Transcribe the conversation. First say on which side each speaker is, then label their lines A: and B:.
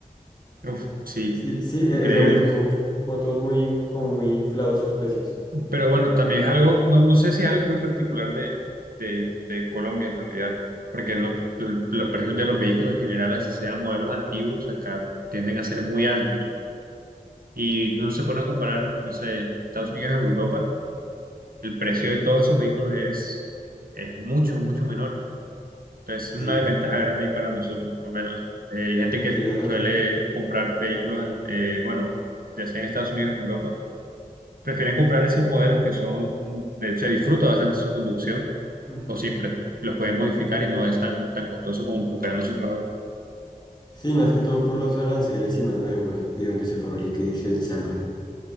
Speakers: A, on the right (about 75°); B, on the left (about 30°).
A: uf, sí,
B: Sí, sí, e-
A: increíble.
B: es lo mismo, son motos muy, como muy inflados sus precios.
A: Pero bueno, también es algo, no, no sé si es algo muy particular de, de, de Colombia en realidad, porque no, el- los precios de los vehículos en general, así sean modelos antiguos, acá tienden a ser muy altos. Y no se pone a comparar, no sé, en Estados Unidos, en Europa, el precio de todos esos vehículos es, es mucho, mucho menor. Entonces, es una
B: Sí,
A: desventaja grande ahí para nosotros, por lo menos. Eh, hay gente que
B: sí, la verdad,
A: suele
B: sí.
A: comprar vehículos, eh, bueno, ya sea en Estados Unidos o en Europa, prefieren comprar esos modelos que son, eh, se disfruta bastante su conducción,
B: Ujú.
A: o si pre- los pueden modificar y no es tan, tan costoso como nos tocará a nosotros acá.
B: Sí, más que todo por los aranceles y mano de obra y donde se fabrica y se ensambla.